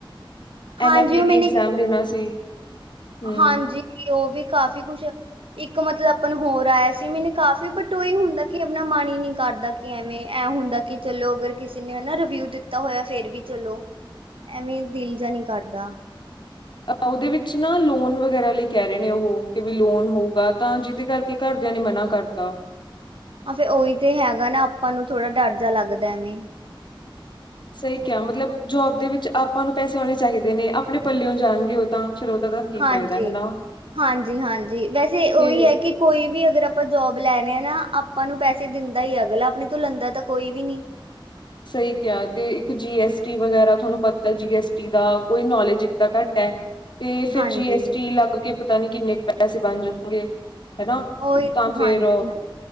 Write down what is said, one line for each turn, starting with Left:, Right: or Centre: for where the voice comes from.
Right: ਹਾਂਜੀ
Left: ਐਨ ਐਫ ਪੀ
Right: ਉਹ
Left: ਟੀ
Right: ਮੈਨੇ
Left: ਐਗਜ਼ਾਮ ਦੇਣਾ ਸੀ ਹਮ
Right: ਹਾਂਜੀ ਉਹ ਵੀ ਕਾਫੀ ਕੁਛ ਇੱਕ ਇੱਕ ਮਤਲਬ ਆਪ ਨੂੰ ਹੋਰ ਇਆ ਸੀ ਮੈਨੂੰ ਕਾਫ਼ੀ ਬੁੱਤ ਓਹੀ ਹੁੰਦਾ ਕਿ ਆਪਣਾ ਮਨ ਹੀ ਨਹੀਂੀ ਕਰਦਾ ਕਿ ਐਵੇਂ ਐਂ ਹੁੰਦਾ ਕਿ ਚਲੋ ਅਗਰ ਕਿਸੇ ਨੇ ਹਨਾ ਰਿਵਿਊ ਦਿੱਤਾ ਹੋਇਆ ਫੇਰ ਵੀ ਚਲੋ ਐਵੇਂ ਦਿਲ ਜਾ ਨੀ ਕਰਦਾ
Left: ਅ ਉਹਦੇ ਵਿੱਚ ਨਾ ਲੋਨ ਵਗੈਰਾ ਲਈ ਕਹਿ ਰਹੇ ਨੇ ਉਹ, ਕਿ ਵੀ ਲੋਨ ਹੋਗਾ ਤਾਂ ਜਿਹਦੇ ਕਰਕੇ ਘਰਦਿਆਂ ਨੇ ਮਨਾ ਕਰਤਾ
Right: ਆ ਫੇਿਰ ਉਹੀ ਤੇ ਹੈਗਾ ਨਾ ਆਪਾਂ ਨੂੰ ਥੋੜਾ ਡਰ ਜਾ ਲੱਗਦਾ ਐਵੇਂ
Left: ਸਹੀ ਕਿਆ ਮਤਲਬ ਜੋਬ ਦੇ ਵਿੱਚ ਆਪਾਂ ਨੂੰ ਪੈਸੇ ਆਉਣੇ ਚਾਹੀਦੇ ਨੇ, ਆਪਣੇ ਪੱਲਿਓ ਜਾਣਗੇ ਉਹ ਤਾਂ ਫਿਰ ਉਹਦਾ ਤਾਂ ਕੀ
Right: ਹਾਂਜੀ
Left: ਫਾਇਦਾ ਹਨਾ
Right: ਹਾਂਜੀ-ਹਾਂਜੀ ਵੈਸੇ
Left: ਤੇ
Right: ਉਹੀ ਹੈ ਕਿ ਕੋਈ ਵੀ ਅਗਰ ਆਪਾਂ ਜੋਬ ਲੈਣੇ ਹ ਨਾ ਆਪਾਂ ਨੂੰ ਪੈਸੇ ਲਦਾ ਹੀ ਅਗਲਾ ਆਪਣੇ ਤੂੰ ਲੰਦਾ ਤਾਂ ਕੋਈ ਵੀ ਨੀ
Left: ਸਹੀ ਕਿਹਾ ਤੇ, ਇੱਕ ਜੀ ਐਸ ਟੀ ਵਗੈਰਾ ਤੁਹਾਨੂੰ ਪਤਾ ਜੀ ਐਸਟੀ ਦਾ ਕੋਈ ਨੌਲੇਜ ਇੱਕ ਤਾਂ ਘੱਟ ਹੈ ਤੇ, ਫੇਿਰ
Right: ਹਾਂਜੀ
Left: ਜੀ ਐਸ ਟੀ ਲੱਗ ਕੇ ਪਤਾ ਨਹੀਂ ਕਿੰਨੇ ਕੁ ਪੈਸੇ ਬਣ ਜਾਣਗੇ। ਹਨਾ,
Right: ਉਹੀ
Left: ਤਾਂ ਫੇਿਰ
Right: ਹਾਂਜੀ ਹਾਂ